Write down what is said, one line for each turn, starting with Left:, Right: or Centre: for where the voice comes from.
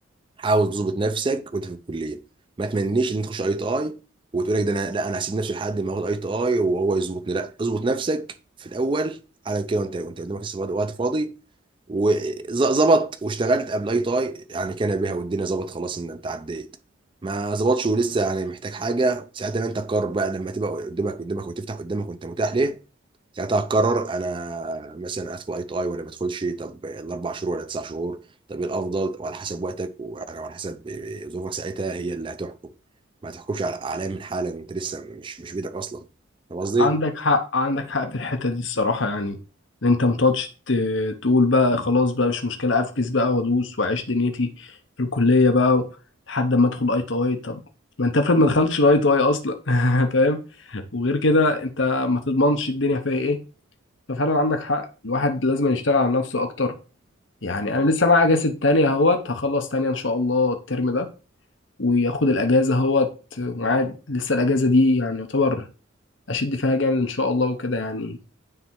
Right: حاول تظبط نفسك وانت في الكليه ما تمنيش ان انت تخش اي تي اي وتقول لك ده انا لا انا هسيب نفسي لحد ما اخد اي تي اي وهو يظبطني لا اظبط نفسك في الاول على كده وانت وانت قدامك لسه وقت وقت فاضي وظبط واشتغلت قبل اي تاي يعني كان بها والدنيا ظبط خلاص ان انت عديت ما ظبطش ولسه يعني محتاج حاجه ساعتها بقى انت تقرر بقى لما تبقى قدامك قدامك وتفتح قدامك وانت متاح ليه ساعتها هتقرر انا مثلا ادخل اي تاي ولا ما ادخلش طب الاربع شهور ولا تسع شهور طب ايه الافضل وعلى حسب وقتك وعلى وعلى حسب ظروفك ساعتها هي اللي هتحكم ما تحكمش على اعلام من حالا وانت لسه مش مش بيدك اصلا فاهم قصدي؟
Left: عندك حق عندك حق في الحته دي الصراحه يعني ان انت ما تقعدش ت- تقول بقى خلاص بقى مش مشكله افكس بقى وادوس واعيش دنيتي في الكليه بقى لحد ما ادخل اي تي اي طب ما انت افرض ما دخلتش الاي تي اي اصلا <laughs> فاهم وغير كده انت ما تضمنش الدنيا فيها ايه ففعلا عندك حق الواحد لازم يشتغل على نفسه اكتر يعني انا لسه معايا اجازه تانية اهوت هخلص تانية ان شاء الله الترم ده وياخد الاجازه اهوت ومعاه لسه الاجازه دي يعني يعتبر اشد فيها جامد ان شاء الله وكده يعني